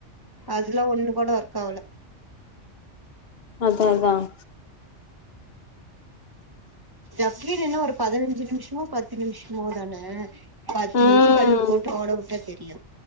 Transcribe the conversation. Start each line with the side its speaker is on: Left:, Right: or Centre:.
Right: அதல்லாம் ஒண்ணு கூட ஒர்க் ஆகல
Left: அத அதான்
Right: டக் கிளீன் என்னஒரு பதினஞ்சு நிம்ஷோ பத்து நிமிஷமோ தான பத்து
Left: ம்
Right: நிமிஷோ கல்லுப் போட்டு ஓட வுட்டா தெரியும்